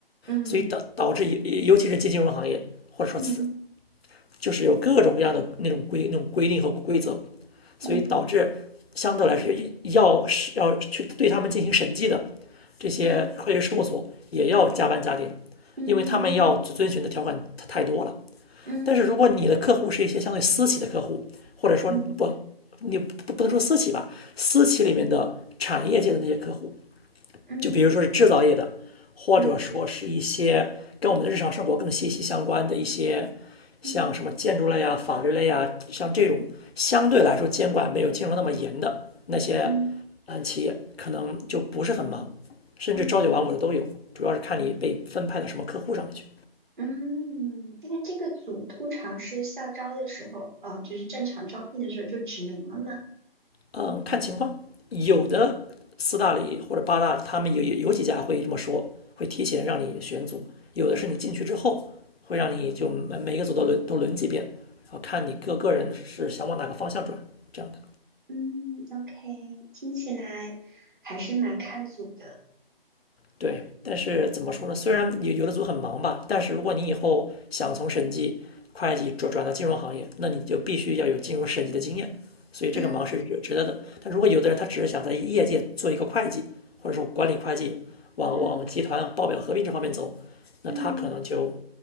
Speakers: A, on the right (about 55°); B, on the left (about 80°).
A: 嗯
B: 所以导导致尤尤其是金融行业或者说此
A: 嗯
B: 就是有各种各样的那种规那种规定和规则，
A: 嗯
B: 所以导致相对来说要是要去对他们进行审计的这些会计师事务所也要加班加点，
A: 嗯嗯
B: 因为他们要遵循的条款太多了。
A: 嗯
B: 但是如果你的客户是一些相对私企的客户，或者说不，
A: 嗯
B: 你不不能说私企吧，私企里面的产业界的那些客户，
A: 嗯
B: 就比如说是制造业的，或者说是一些跟我们的日常生活更息息相关的一些，
A: 嗯嗯
B: 像什么建筑类啊、
A: 嗯。
B: 法律类啊，像这种相对来说监管没有金融那么严的那些，
A: 嗯
B: 嗯，企业可能就不是很忙，甚至朝九晚五的都有，
A: 嗯
B: 主要是看你被分派到什么客户上面去。
A: 嗯，那这个组通常是校招的时候，呃，就是正常招聘的时候就指明了吗？
B: 嗯，看情况，有的四大里或者八大，他们有有几家会这么说，会提前让你选组；有的是你进去之后，会让你就每每个组都轮都轮几遍，然后看你各个人是想往哪个方向转这样的。
A: 嗯，OK，听起来还是蛮看组的。
B: 对，但是怎么说呢？虽然有有的组很忙吧，但是如果你以后想从审计、会计转转到金融行业，那你就必须要有金融审计的经验，所以这个忙是值值得的。
A: 嗯
B: 但如果有的人他只是想在业界做一个会计，或者说管理会计，往往集团报表合并这方面走，
A: 嗯
B: 那他可能就
A: 嗯